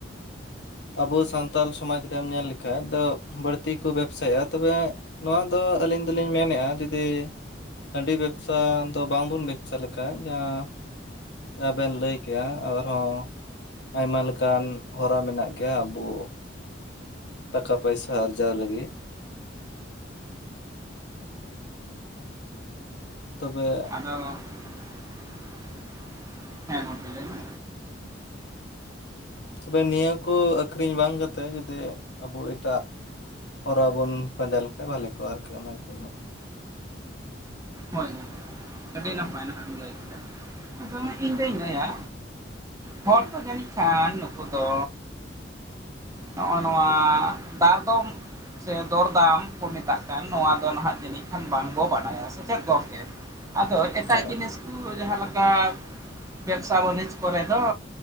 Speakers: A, on the left; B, on the right.
A: ᱟᱵᱚ ᱥᱟᱱᱛᱟᱞ ᱥᱚᱢᱟᱡ ᱨᱮᱢ ᱧᱮᱞ ᱞᱮᱠᱷᱟᱡ ᱫᱚ ᱵᱟᱹᱲᱛᱤ ᱠᱚ ᱵᱮᱵᱽᱥᱟᱭᱮᱜ-ᱟ ᱛᱚᱵᱮ ᱱᱚᱣᱟ ᱫᱚ ᱟᱹᱞᱤᱧ ᱫᱚᱞᱤᱧ ᱢᱮᱱᱮᱜ-ᱟ ᱡᱩᱫᱤ ᱦᱟᱺᱰᱤ ᱵᱮᱵᱽᱥᱟ ᱫᱚ ᱵᱟᱝᱵᱩᱱ ᱵᱮᱵᱽᱥᱟ ᱞᱮᱠᱟᱷᱟ ᱡᱟᱦᱟᱸ ᱡᱟᱦᱟᱵᱮᱱ ᱞᱟᱹᱭ ᱠᱮᱜ-ᱟ ᱟᱨᱦᱚᱸ ᱟᱭᱢᱟ ᱞᱮᱠᱟᱱ ᱦᱚᱨᱟ ᱢᱮᱱᱟᱜ ᱜᱮᱭᱟ ᱟᱵᱩ ᱴᱟᱠᱟ ᱯᱚᱭᱥᱟ ᱟᱨᱡᱟᱣ ᱞᱟᱹᱜᱤᱫ᱾ ᱛᱚᱵᱮ᱾
B: ᱚ᱾ <unintelligible> ᱦᱮᱸ ᱜᱚᱝᱠᱮ ᱞᱟᱹᱭ ᱢᱮ᱾
A: ᱛᱚᱵᱮ ᱱᱤᱭᱟᱹ ᱠᱚ ᱟᱹᱠᱷᱨᱤᱧ ᱵᱟᱝ ᱠᱟᱛᱮᱫ ᱡᱩᱫᱤ ᱟᱵᱚ ᱮᱴᱟᱜ ᱦᱚᱨᱟ ᱵᱚᱱ ᱯᱟᱸᱡᱟ ᱞᱮᱠᱟᱱ ᱵᱷᱟᱞᱮ ᱠᱚᱜ-ᱟ ᱟᱨᱠᱤ ᱚᱱᱟᱜᱤ
B: ᱦᱳᱭ ᱜᱚᱝᱠᱮ ᱟᱹᱰᱤ ᱱᱟᱯᱟᱭ ᱱᱟᱦᱟᱜ ᱤᱮᱢ ᱞᱟᱹᱭ ᱠᱮᱫᱟ ᱟᱫᱚ ᱤᱧ ᱫᱩᱧ ᱞᱟᱹᱭᱟ ᱦᱚᱲ ᱠᱚ ᱡᱟᱹᱱᱤᱡ ᱠᱷᱟᱱ ᱱᱩᱠᱩ ᱫᱚ ᱱᱚᱜ-ᱚ ᱱᱚᱣᱟ ᱫᱟᱨ ᱫᱚᱢ ᱥᱮ ᱫᱚᱨ-ᱫᱟᱢ ᱠᱚ ᱢᱮᱛᱟᱜ ᱠᱟᱱ ᱱᱚᱣᱟ ᱫᱚ ᱱᱟᱦᱟᱜ ᱡᱟᱹᱱᱤᱡ ᱠᱷᱟᱱ ᱵᱟᱝᱵᱚ ᱵᱟᱰᱟᱭᱟ ᱥᱮᱪᱮᱫ ᱜᱚᱝᱠᱮ᱾ ᱟᱫᱚ ᱮᱴᱟᱜ
A: ᱦᱮᱸ
B: ᱡᱤᱱᱤᱥ ᱠᱩ ᱡᱟᱦᱟᱸ ᱞᱮᱠᱟ ᱵᱮᱵᱽᱥᱟ ᱵᱟᱹᱱᱤᱡᱽ ᱠᱚᱨᱮ ᱫᱚ